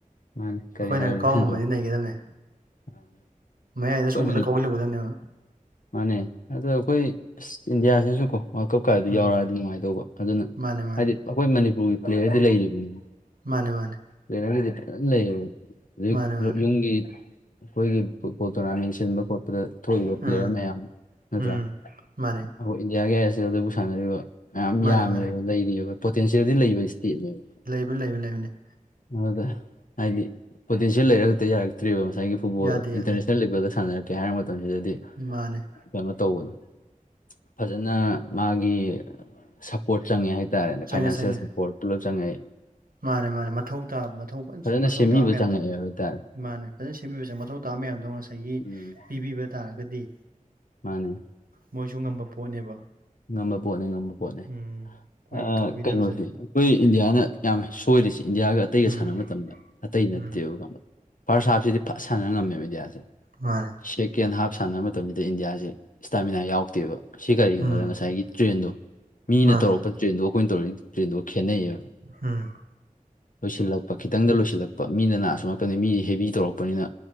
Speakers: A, on the left (about 70°); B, on the right (about 90°).
A: ꯃꯥꯅꯤ ꯀꯔꯤ
B: ꯑꯈꯣꯏꯅꯒ
A: ꯍꯥꯏꯔꯨꯅꯤ
B: ꯀꯥꯎ
A: ꯅꯠꯇ꯭ꯔꯥ
B: ꯉꯝꯃꯗꯤ ꯅꯩꯒꯗꯝꯅꯦ
A: ꯑꯩꯈꯣꯏ
B: ꯃꯌꯥꯏꯗ ꯆꯣꯡꯖꯤꯜꯂ
A: ꯃꯅꯤ
B: ꯀꯥꯎꯖꯤꯜꯂꯨꯒꯗꯝꯅꯦꯕ
A: ꯃꯥꯅꯦ ꯑꯗꯣ ꯑꯈꯣꯏ ꯑꯁ ꯏꯟꯗꯤꯌꯥꯁꯤꯁꯨꯀꯣ ꯋꯥꯔꯜ ꯀꯞ ꯀꯥꯏꯗꯤ
B: ꯎꯝ
A: ꯌꯥꯎꯔꯛꯑꯗꯤ ꯅꯨꯡꯉꯥꯏꯗꯧꯕ ꯐꯖꯅ
B: ꯃꯥꯅꯦ ꯃꯥꯅꯦ
A: ꯑꯈꯣꯏ ꯃꯅꯤꯄꯨꯔꯒꯤ ꯄ꯭ꯂꯦꯌꯔꯗꯤ ꯂꯩꯔꯤꯕꯅꯤ
B: ꯃꯥꯅꯦ ꯃꯥꯅꯦ
A: ꯄ꯭ꯂꯦꯌꯔꯒꯗꯤ ꯐꯖꯟ ꯂꯩꯕ ꯍꯧꯖꯤꯛ
B: ꯃꯥꯅꯦ ꯃꯥꯅꯦ
A: ꯂꯣꯠ ꯌꯨꯡꯒꯤ ꯑꯩꯈꯣꯏꯒꯤ ꯐꯨꯠꯕꯣꯜ ꯇꯣꯔꯅꯥꯃꯦꯟ ꯁꯤꯟꯕ ꯈꯣꯠꯄꯗ ꯊꯣꯛꯏꯕ ꯄ꯭ꯂꯦꯌꯔ
B: ꯎꯝ
A: ꯃꯌꯥꯝ ꯅꯠꯇ꯭ꯔꯥ
B: ꯎꯝ ꯃꯥꯅꯦ
A: ꯑꯈꯣꯏ ꯏꯟꯗꯤꯌꯥꯒꯤ ꯑꯥꯏ ꯑꯦꯁ ꯑꯦꯜꯗꯕꯨ ꯁꯥꯟꯅꯔꯤꯕ ꯃꯌꯥꯝ
B: ꯃꯥꯅꯦ
A: ꯌꯥꯝꯃꯦꯕ
B: ꯃꯥꯅꯦ
A: ꯂꯩꯔꯤꯕ ꯄꯣꯇꯦꯟꯁꯤꯌꯦꯜꯗꯤ ꯂꯩꯕ ꯏꯁꯇꯦꯠꯅꯦꯕ
B: ꯑꯗꯨ ꯂꯩꯕ ꯂꯩꯕꯅꯦ
A: ꯑꯗꯨꯗ ꯍꯥꯏꯗꯤ ꯄꯣꯇꯦꯟꯁꯤꯌꯦꯜ ꯂꯩꯔ ꯈꯛꯇ ꯌꯥꯔꯛꯇ꯭ꯔꯤꯕ ꯉꯁꯥꯏꯒꯤ ꯐꯨꯠꯕꯣꯜ
B: ꯌꯥꯗꯦ ꯌꯥꯗꯦ
A: ꯏꯟꯇꯔꯅꯦꯁꯅꯦꯜ ꯂꯦꯕꯦꯜꯗ ꯁꯥꯟꯅꯔꯛꯀꯦ ꯍꯥꯏꯔ ꯃꯇꯝꯁꯤꯗꯗꯤ
B: ꯃꯥꯅꯦ
A: ꯀꯩꯅꯣ ꯇꯧꯕꯗꯣ ꯐꯖꯅ ꯃꯥꯒꯤ ꯁꯞ ꯄꯣꯔꯠ ꯆꯪꯉꯦ ꯍꯥꯏꯇꯥꯔꯦꯅꯦ
B: ꯆꯪꯉꯦ
A: ꯐꯥꯏꯅꯥꯟꯁꯦꯜ
B: ꯆꯪꯉꯦ
A: ꯁꯄꯣꯔꯠ ꯄꯨꯂꯞ ꯆꯪꯉꯦ
B: ꯃꯥꯅꯦ ꯃꯥꯅꯦ ꯃꯊꯧ ꯇꯥꯕ ꯃꯊꯧ ꯐꯟ
A: ꯐꯖꯅ
B: ꯃꯊꯧ
A: ꯁꯦꯝꯕꯤꯕ
B: ꯇꯥꯕ ꯃꯌꯥꯝꯗꯣ
A: ꯆꯪꯉꯛꯑꯦ ꯍꯥꯏꯇꯥꯔꯦ
B: ꯃꯥꯅꯦ ꯐꯖꯅ ꯁꯦꯝꯕꯤꯕꯁꯦ ꯃꯊꯧ ꯇꯥꯕ ꯃꯌꯥꯝꯗꯣ ꯉꯁꯥꯏꯒꯤ
A: ꯎꯝ
B: ꯄꯤꯕꯤꯕ ꯇꯥꯔꯒꯗꯤ
A: ꯃꯥꯅꯦ
B: ꯃꯣꯏꯁꯨ ꯉꯝꯕ ꯄꯣꯠꯅꯦꯕ
A: ꯉꯝꯕ ꯄꯣꯠꯅꯦ ꯉꯝꯕ ꯄꯣꯠꯅꯦ
B: ꯎꯝ ꯑꯩꯈꯣꯏꯒꯤ
A: ꯑꯥ
B: ꯇꯧꯕꯤꯗꯕꯖꯅꯤ
A: ꯀꯩꯅꯣꯁꯦ ꯑꯩꯈꯣꯏ ꯏꯟꯗꯤꯌꯥꯅ ꯌꯥꯝ ꯁꯣꯏꯔꯤꯁꯤ ꯏꯟꯗꯤꯌꯥꯒ ꯑꯇꯩꯒ
B: ꯎꯝ
A: ꯁꯥꯟꯅꯕ ꯃꯇꯝꯗ ꯑꯇꯩ
B: ꯎꯝ
A: ꯅꯠꯇꯦꯕ ꯈꯪꯕ ꯐꯥꯔꯁ ꯍꯥꯞ ꯁꯤꯗꯤ ꯐ ꯁꯥꯟꯅ ꯉꯝꯃꯦꯕ ꯏꯟꯗꯤꯌꯥꯁꯦ
B: ꯃꯥꯅꯦ
A: ꯁꯦꯀꯦꯟ ꯍꯥꯞ ꯁꯥꯟꯅꯕ ꯃꯇꯝꯁꯤꯗ ꯏꯟꯗꯤꯌꯥꯁꯦ ꯏꯁꯇꯥꯃꯤꯅꯥ ꯌꯥꯎꯗꯦꯕ ꯁꯤ ꯀꯔꯤꯒꯤꯅꯣꯗ
B: ꯎꯝ
A: ꯉꯁꯥꯏ ꯒꯤ ꯇ꯭ꯔꯦꯟꯗꯣ ꯃꯤꯅ
B: ꯃꯥꯅꯤ
A: ꯇꯧꯔꯛꯄ ꯇ꯭ꯔꯦꯟꯗꯨꯒ ꯑꯩꯈꯣꯏꯅ ꯇꯧꯔꯛꯏ ꯇ꯭ꯔꯦꯟꯗꯨꯒ ꯈꯦꯠꯅꯩꯌꯦꯕ
B: ꯎꯝ
A: ꯂꯣꯏꯁꯤꯜꯂꯛꯄ ꯈꯤꯇꯪꯗ ꯂꯣꯏꯁꯤꯜꯂꯛꯄ ꯃꯤꯅ ꯅꯥ ꯑꯁꯣꯝ ꯅꯥꯀꯟꯗꯩ ꯃꯤꯗꯤ ꯍꯦꯕꯤ ꯇꯧꯔꯛꯄꯅꯤꯅ